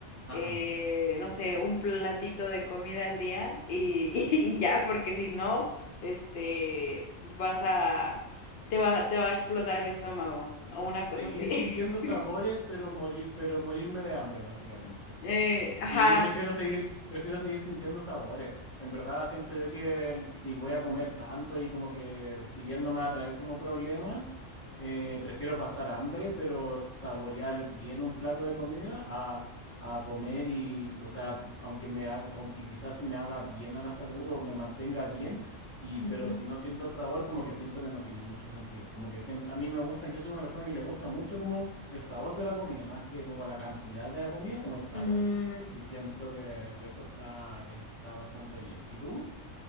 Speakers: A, on the left; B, on the left.
A: ajá.
B: eh, no sé, un platito de comida al día y, <laughs> y y ya, porque si no, este, vas a, te va, te va a explotar el estómago o una cosa
A: Seguir
B: así.
A: sintiendo
B: <laughs>
A: sabores, pero morir, pero morirme de hambre, básicamente.
B: Eh,
A: Sí,
B: ajá,
A: prefiero seguir, prefiero seguir sintiendo sabores. En verdad, siento yo que el- si voy a comer tanto y como que si bien no me va a traer como problemas, eh, prefiero pasar hambre, pero saborear bien un plato de comida a, a comer y, o sea, aunque me ha- aunque quizás me haga bien a la salud o me mantenga bien, y pero
B: Ujú.
A: si no siento el sabor, como que siento que no tiene mucho sentido. Como que siento, a mí me gusta, yo soy una persona que le gusta mucho como el sabor de la comida, más que como la cantidad de la comida, como el sabor.
B: Mm,
A: Y siento que, que eso está, está bastante bien. ¿Y tú?